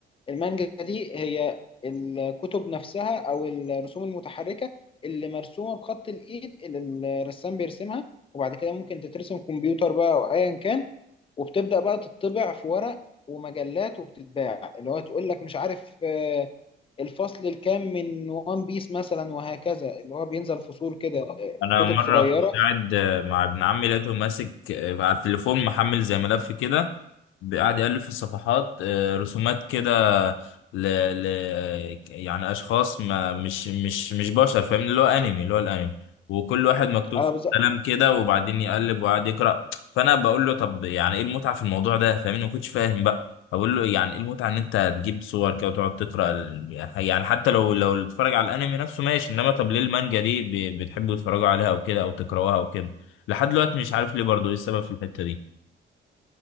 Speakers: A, on the left; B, on the left.
A: المانجا دي هي الكتب نفسها او الرسوم المتحركه اللي مرسومه بخط الايد اللي الرسام بيرسمها وبعد كده ممكن تترسم كمبيوتر بقى او ايا كان وبتبدا بقى تطبع في ورق ومجلات وبتتباع اللي هو تقول لك مش عارف آه، الفصل الكام من وان بيس مثلا وهكذا اللي هو بينزل فصول كده آه،
B: انا
A: كتب
B: مره
A: صغيره
B: كنت قاعد مع ابن عمي لقيته ماسك على التليفون محمل زي ملف كده قاعد يألف في الصفحات آه، رسومات كده ل... ل... يعني اشخاص ما مش مش مش بشر فاهم اللي هو انمي اللي هو الانمي وكل واحد مكتوب
A: اه
B: فيه
A: بالظبط
B: كلام كده وبعدين يقلب وقاعد يقرأ فانا بقول له طب يعني ايه المتعه في الموضوع ده فاهمني ما كنتش فاهم بقى اقول له يعني ايه المتعه ان انت تجيب صور كده وتقعد تقرا ال- يعني حتى لو لو تتفرج على الانمي نفسه ماشي انما طب ليه المانجا دي ب- بتحبوا تتفرجوا عليها او كده او تقراوها او كده لحد دلوقتي مش عارف ليه برضو ايه السبب في الحته دي